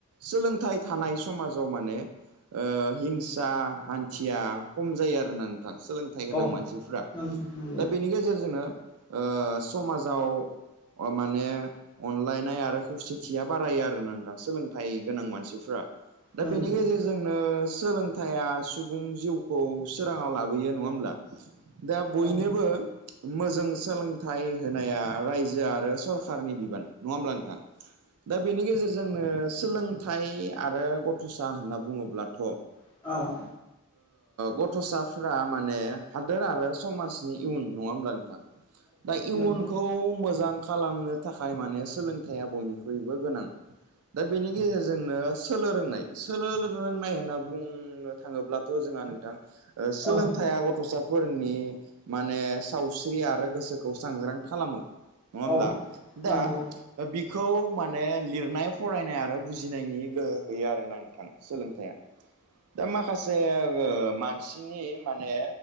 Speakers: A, on the right; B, on the left.
A: सोलोंथाइ थानाय समाजाव माने हिंसा हान्थिया खम जायो आरोना नोंथां सोलों फथाय गोनां
B: औ
A: मानसिफ्रा
B: नंगौ
A: दा बेनि
B: नंगौ
A: गेजेरजोंोनो समाजाव माने अनलायनाय आरो खौसेथि थिया बारायो आरो नोंथां सोलोंथाइ गोनां मानसिफ्रा दा
B: औ नंगौ
A: बेनि गेजेरजोंनो सोलों खथाया सुबुं जिउखौ सोराङाव लाबोयो नङा होमब्ला दा बयनोबो
B: औ
A: मोजां सोलोंथाइ होनाया रायजो आरो सरखारारनि बिबान नङा हब्ला नोंथां दा बेनि गेजेरजोंनो सोलोंथाइ आरो गथ'सा होनना बुङोब्लाथ'
B: औ औ
A: गथ'साफ माने हादोर आरो समाजनि इयुन नङा होमब्ला नोंथां दा इयुनखौ
B: नंगौ
A: मोजां खालामनो थाखाय माने सोलोंथाइया बयनिुइ बयबो गोनां दा बेनि गेजेरजोंनो सोलोलो रोंनाय सोलोलो रोंनाय होनना बुङो थाङोब्लाथ' जोंहा नोंथां सोलोंथया
B: औ
A: गथ'सा फोरनि माने सावस्रि आरो गोसोखौ स्रांग्रां खालामो नङा होमब्ला
B: औ
A: दा
B: नंगौ
A: बिखौ माने लिरनाय फरायनाय आरो बुजिनायनि गोहो होयो आरोोना नोंथां सोलोंथाइया दा माखासे मानसिनि माने